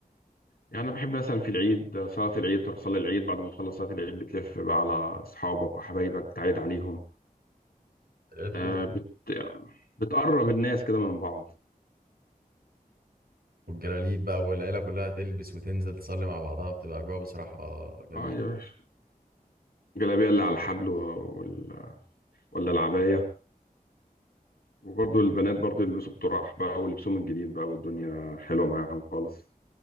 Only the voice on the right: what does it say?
العيد كله
والجلاليب بقى والعيله كلها تلبس وتنزل تصلي مع بعضها بتبقى اجواء بصراحه جميله